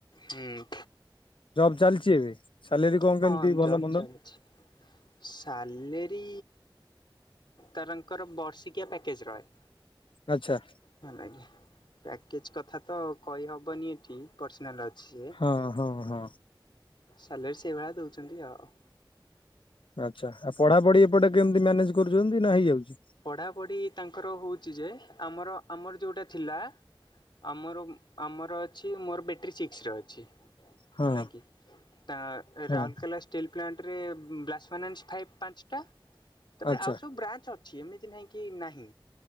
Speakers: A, on the left; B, on the left.
A: ହୁଁ
B: ଜବ୍ ଚାଲିଛି ଏବେ ସାଲେରୀ କଣ
A: ହଁ
B: କେମିତି
A: ଜବ୍
B: ଭଲ ମନ୍ଦ
A: ଚାଲିଛି ସାଲେରୀ ତାରଙ୍କର ବର୍ଷିକିଆ ପ୍ୟାକେଜ୍ ରହେ।
B: ଆଛା
A: ହ ଆଜ୍ଞା ପ୍ୟାକେଜ କଥା ତ କହିହେବନି ଏଠି ପର୍ସନାଲ୍ ଅଛି ସିଏ
B: ହଁ ହଁ ହଁ।
A: ସାଲେରି ସେଇଭଳିଆ ଦେଉଛନ୍ତି ଆଉ।
B: ଆଚ୍ଛା ଆଉ ପଢାପଢି ଏପଟେ କେମିତି ମ୍ୟାନେଜ୍ କରୁଛନ୍ତି ନା ହେଇଯାଉଛି
A: ପଢ଼ାପଢ଼ି ତାଙ୍କର ହେଉଛି ଯେ ଆମର ଆମର ଯେଉଁଟା ଥିଲା ଆମର ଆମର ଅଛି ମୋର ବ୍ୟାଟେରୀ ସିକ୍ସର ଅଛି।
B: ହଁ
A: ହେଲା କିି ତା
B: ହଁ
A: ରାଉରକେଲା ଷ୍ଟିଲ୍ ପ୍ଲାଣ୍ଟ ରେ ବ୍ଲାସ ଫାଇନାସ ପାଞ୍ଚଟା ତାପରେ
B: ଆଚ୍ଛା
A: ଆଉ ସବୁ ବ୍ରାଞ୍ଚ ଅ ସେମିତି ନାହିଁ କି ନାହିଁ